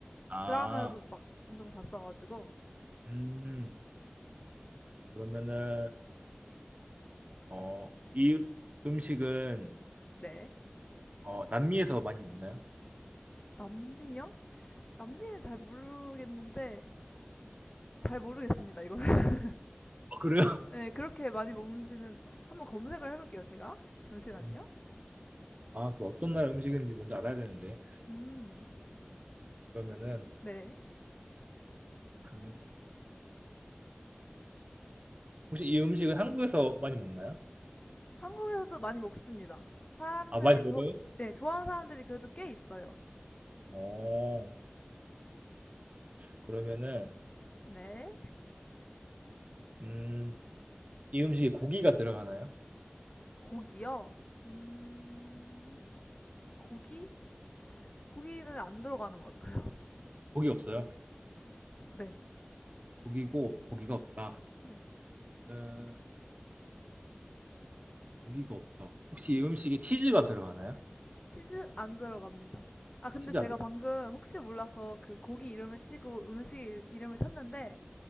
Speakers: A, on the right; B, on the left.
A: 아,
B: 드라마에도 막 종종 봤어가지고
A: 음, 그러면은 어, 이 음식은
B: 네
A: 어, 남미에서 많이 먹나요?
B: 남미요? 남미는 잘 모르겠는데 잘 모르겠습니다 이거는. <laughs>
A: 어, 그래요?
B: 네 그렇게 많이 먹는지는 한번 검색을 해볼게요 제가. 잠시만요.
A: 음. 아, 그 어떤 나라 음식인지 먼저 알아야 되는데.
B: 음.
A: 그러면은
B: 네.
A: 음, 혹시 이 음식은 한국에서 많이 먹나요?
B: 한국에서도 많이 먹습니다. 사람들이
A: 아, 많이 먹어요?
B: 조, 네, 좋아하는 사람들이 그래도 꽤 있어요.
A: 어, 그러면은
B: 네.
A: 음, 이 음식에 고기가 들어가나요?
B: 고기요. 음, 고기? 고기는 안 들어가는 것 같아요. <laughs>
A: 고기 없어요.
B: 네.
A: 고기고 고기가 없다.
B: 네.
A: 음, 고기가 없다. 혹시 이 음식에 치즈가 들어가나요?
B: 치즈 안 들어갑니다. 아,
A: 아,
B: 근데
A: 치즈
B: 제가
A: 안
B: 방금 혹시 몰라서 그 고기 이름을 치고 음식 이- 이름을 쳤는데